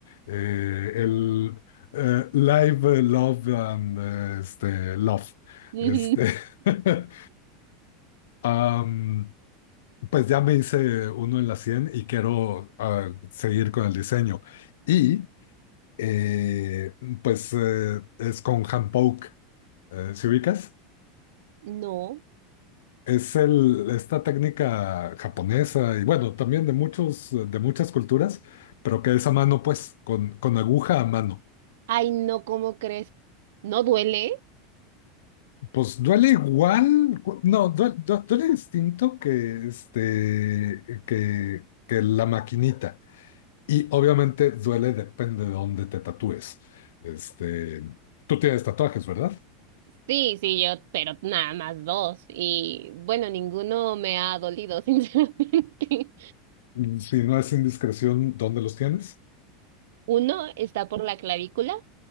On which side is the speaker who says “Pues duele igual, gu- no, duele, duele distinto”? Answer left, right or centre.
Left